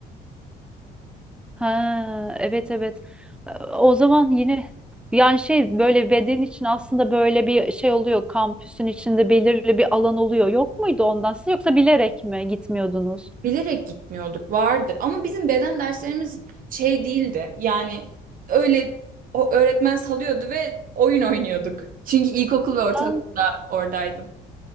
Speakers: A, in the centre; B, on the right.
A: Ha, evet evet. Ee, O zaman yine yani şey böyle beden için aslında böyle bir şey oluyor. Kampüsün içinde belirli bir alan oluyor. Yok muydu ondan siz yoksa bilerek mi gitmiyordunuz?
B: Bilerek gitmiyorduk vardır ama bizim beden derslerimiz şey değildi yani öyle o öğretmen salıyordu ve oyun oynuyorduk. Çünkü ilkokul ve ortaokulda
A: Ha.
B: oradaydım.